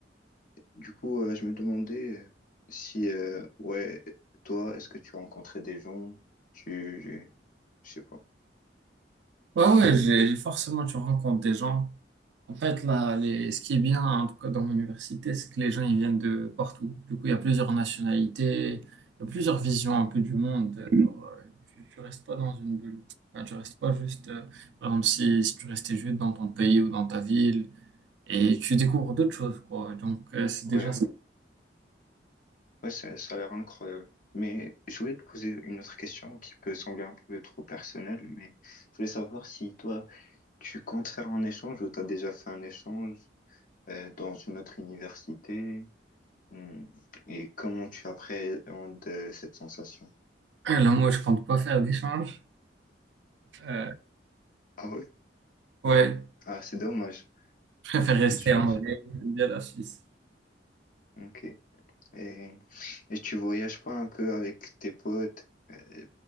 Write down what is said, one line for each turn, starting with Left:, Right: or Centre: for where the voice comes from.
Left: Du coup, euh, je me demandais si, euh, ouais, toi, est-ce que tu rencontrais des gens, tu, je sais pas.
Right: Ouais, ouais, j'ai j'ai- forcément, tu rencontres des gens. En fait, là, les... ce qui est bien, en tout cas dans mon université, c'est que les gens, ils viennent de partout. Du coup, il y a plusieurs nationalités, il y a plusieurs visions un peu du monde. Alors, euh, tu, tu restes pas dans une bulle. Enfin, tu restes pas juste, euh, par exemple, si, si tu restais juste dans ton pays ou dans ta ville, et tu découvres d'autres choses, quoi. Donc, euh, c'est
Left: Ouais,
Right: déjà ça.
Left: ouais, ça, ça a l'air incroyable. Mais je voulais te poser une autre question qui peut sembler un peu trop personnelle, mais je voulais savoir si toi, tu comptes faire un échange ou t'as déjà fait un échange euh, dans une autre université, Hmm. et comment tu appréhendes euh, cette sensation?
Right: Euh, Là, moi, je compte pas faire d'échange. Euh,
Left: Ah oui,
Right: ouais,
Left: Ah, c'est dommage.
Right: je préfère
Left: Désolé,
Right: rester
Left: je
Right: en
Left: Ouais.
Right: vrai, j'aime bien la Suisse.
Left: Ok. Et, et tu voyages pas un peu avec tes potes? Euh,